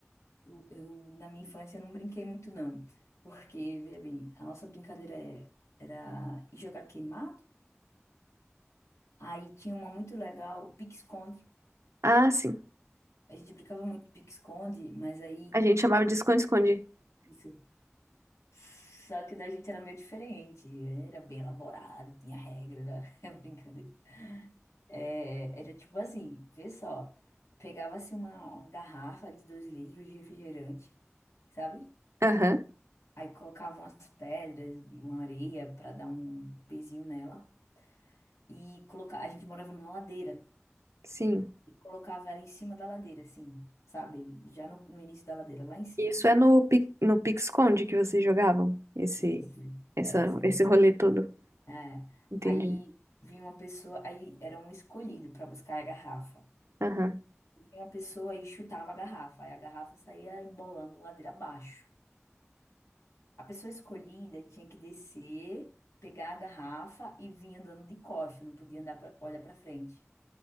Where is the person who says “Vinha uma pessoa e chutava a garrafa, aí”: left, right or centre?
Left